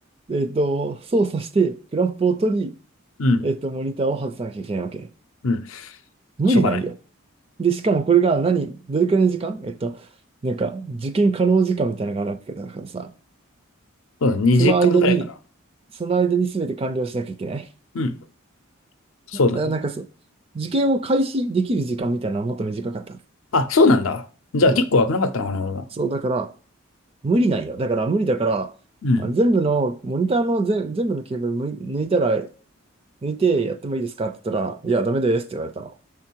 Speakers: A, on the right; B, on the left.
A: えっと、操作して、クランプを取り、
B: うん。
A: えっと、モニターを外さなきゃいけないわけ。
B: うん。
A: 無理ないよ。
B: しょうがない。
A: で、しかもこれが何、どれくらいの時間えっと、なんか、受験可能時間みたいなのがあるわけだからさ、
B: そうだね、2時間くらいかな。
A: その間に、その間に全て完了しなきゃいけない。
B: うん。そうだね。
A: あなんかそう、受験を開始できる時間みたいなのはもっと短かった。
B: あ、そうなんだ。じゃあ結構危なかったのかな、
A: うん。
B: 俺も。
A: そう、だから、無理なんよ。だから無理だから、
B: うん。
A: あ全部の、モニターの全、全部のケーブルむい抜いたら、抜いてやってもいいですかって言ったら、いや、ダメですって言われたの。